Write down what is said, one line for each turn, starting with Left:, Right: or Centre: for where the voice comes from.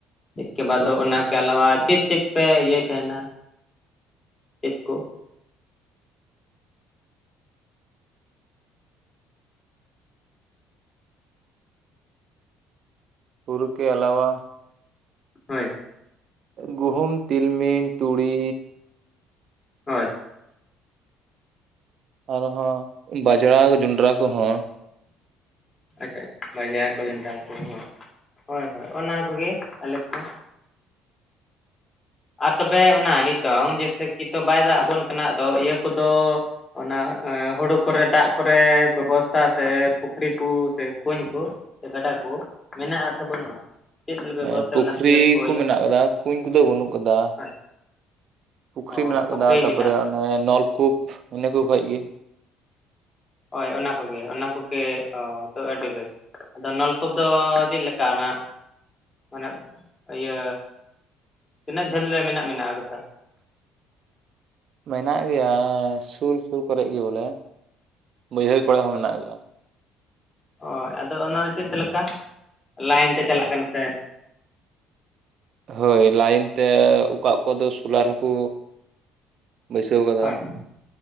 Left: ᱤᱥᱠᱮ ᱵᱟᱫ
Right: ᱦᱳᱭ
Left: ᱚᱱᱟᱠᱮ ᱟᱞᱟᱣᱟ ᱪᱮᱫ ᱪᱮᱫ, ᱯᱮ ᱤᱭᱟᱭ ᱛᱟᱦᱮᱱᱟ ᱪᱮᱫ ᱠᱚ?
Right: ᱦᱩᱨᱩ ᱠᱮ ᱟᱞᱟᱣᱟ,
Left: ᱦᱳᱭ᱾
Right: ᱜᱩᱦᱩᱢ ᱛᱤᱞᱢᱤᱧ ᱛᱩᱲᱤ,
Left: ᱦᱳᱭ,
Right: ᱟᱨᱦᱚᱸ ᱵᱟᱡᱽᱲᱟ ᱡᱚᱸᱰᱨᱟ ᱠᱚᱦᱚᱸ᱾
Left: ᱟᱪᱪᱷᱟ ᱟᱪᱪᱷᱟ ᱵᱟᱡᱲᱟ ᱠᱚ ᱡᱚᱱᱰᱨᱟ ᱠᱚ ᱦᱳᱭ ᱦᱳᱭ ᱚᱱᱟ ᱠᱚᱜᱮ ᱟᱞᱮ ᱠᱚᱦᱚᱸ᱾ ᱟᱨ ᱛᱚᱵᱮ ᱚᱱᱟ ᱱᱤᱛᱚᱝ ᱡᱮᱭᱥᱮ ᱠᱤᱛᱚ ᱵᱟᱭ ᱫᱟᱜᱽ ᱟᱵᱚᱱ ᱠᱟᱱᱟ ᱟᱫᱚ ᱤᱭᱟᱹ ᱠᱚᱫᱚ ᱚᱱᱟ ᱦᱩᱲᱩ ᱠᱚᱨᱮ ᱫᱟᱜᱽ ᱠᱚᱨᱮ ᱵᱮᱵᱚᱥᱛᱷᱟ ᱥᱮ ᱯᱩᱠᱷᱨᱤ ᱠᱚ ᱥᱮ ᱠᱩᱧ ᱠᱚ᱾ ᱥᱮ ᱜᱟᱰᱟ ᱠᱚ ᱢᱮᱱᱟᱜᱼᱟ ᱥᱮ ᱵᱟᱹᱱᱩᱜᱼᱟ? ᱪᱮᱫ ᱵᱮᱵᱚᱥᱛᱟ
Right: ᱮᱸ ᱯᱩᱠᱷᱨᱤ
Left: ᱚᱱᱟ ᱥᱤᱭᱟᱹᱛ ᱦᱩᱭᱩᱜᱼᱟ
Right: ᱠᱚ ᱢᱮᱱᱟᱜ ᱠᱟᱫᱟ ᱠᱩᱧ ᱠᱚᱫᱚ ᱵᱟᱹᱱᱩᱜ ᱠᱟᱫᱟ᱾
Left: ᱦᱳᱭ
Right: ᱯᱩᱠᱷᱨᱤ
Left: ᱚ
Right: ᱢᱮᱱᱟᱜ ᱟᱠᱟᱫᱟ
Left: ᱯᱩᱠᱷᱨᱤ
Right: ᱛᱟᱯᱚᱨᱮ
Left: ᱢᱮᱱᱟᱜ
Right: ᱚᱱᱮ ᱱᱚᱞᱠᱩᱯ ᱤᱱᱟᱹᱠᱩ ᱠᱷᱚᱭ ᱜᱮ᱾
Left: ᱦᱳᱭ ᱚᱱᱟ ᱠᱚᱜᱮ ᱚᱱᱟ ᱠᱚᱜᱮ ᱚᱻᱛᱚ ᱟᱹᱰᱤ ᱵᱮᱥ᱾ ᱟᱫᱚ ᱱᱚᱞᱠᱩ ᱫᱚ ᱪᱮᱫ ᱞᱮᱠᱟ ᱚᱱᱟ ᱢᱟᱱᱮ ᱤᱭᱟᱹ ᱛᱤᱱᱟᱹᱜ ᱡᱷᱟᱹᱞ ᱞᱮ ᱢᱮᱱᱟᱜ ᱢᱮᱱᱟᱜ ᱠᱟᱫᱟ᱾
Right: ᱢᱮᱱᱟᱜ ᱜᱮᱭᱟ ᱥᱩᱨ ᱥᱩᱨ ᱠᱚᱨᱮ ᱜᱮ ᱵᱚᱞᱮ ᱵᱟᱹᱭᱦᱟᱹᱲ ᱠᱚᱨᱮ ᱦᱚᱸ ᱢᱮᱱᱟᱜ ᱜᱮᱭᱟ,
Left: ᱚᱭ ᱟᱫᱚ ᱚᱱᱟ ᱫᱚ ᱪᱮᱫ ᱞᱮᱠᱟ ᱞᱟᱭᱤᱱ ᱛᱮ ᱪᱟᱞᱟᱜ ᱠᱟᱱᱟ ᱥᱮ,
Right: ᱦᱳᱭ ᱞᱟᱭᱤᱱ ᱛᱮ ᱚᱠᱟ ᱚᱠᱟ ᱫᱚ ᱥᱳᱞᱟᱨ ᱦᱚᱸᱠᱚ, ᱵᱟᱹᱭᱥᱟᱹᱣ ᱠᱟᱫᱟ
Left: ᱦᱳᱭ